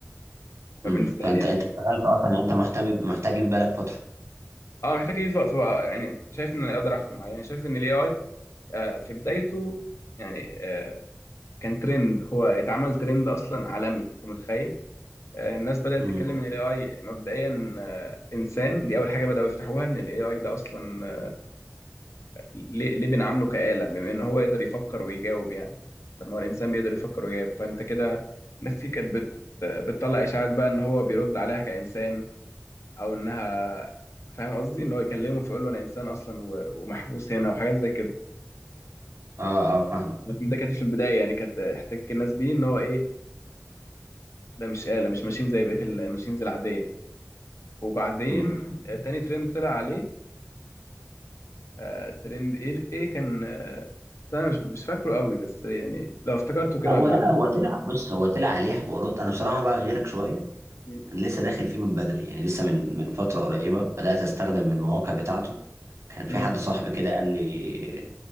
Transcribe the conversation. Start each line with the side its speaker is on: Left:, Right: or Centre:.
Left: فبالنسبه
Right: امم فانت
Left: لي
Right: انت اشتغلت اصلا يعني انت محتاج محتاج يبقى بالك فتره
Left: اه محتاج اضيف بقى فبقى يعني شايف ان انا اقدر احكم عليه يعني شايف ان الاي اي في بدايته يعني آه، كان ترند هو يتعمل ترند اصلا عالمي انت متخيل آه، الناس بدأت
Right: امم
Left: تتكلم ان الاي اي مبدئيا آه، انسان دي اول حاجة بدأوا يفتحوها ان الاي اي ده اصلا آه، ليه ليه بنعامله كآلة بما ان هو يقدر يفكر ويجاوب يعني طب ما هو الانسان بيقدر يفكر ويجاوب فانت كده ناس كتير كانت بت- بتطلع اشاعات بقى ان هو بيرد عليها كإنسان او انها فاهم قصدي ان هو يكلمه فيقول له انا انسان اصلا و- ومحبوس هنا وحاجات زي كده
Right: اه اه فاهمك
Left: ده كانت في البداية يعني كانت احتكاك الناس بيه ان هو ايه ده مش آلة مش ماشين زي بقية الماشينز العادية وبعدين
Right: امم
Left: آه، تاني ترند طلع عليه آه، ترند ايه ايه كان آه، انا مش مش فاكره قوي بس يعني لو افتكرته كده
Right: هو
Left: هبقول
Right: لا هو طلع بص هو طلع عليه حوارات انا بصراحه بقى غيرك شويه
Left: مم،
Right: انا لسه داخل فيه من بدري يعني لسه من من فتره قريبه بدات استخدم المواقع بتاعته كان في
Left: مم،
Right: حد صاحبي كده قال لي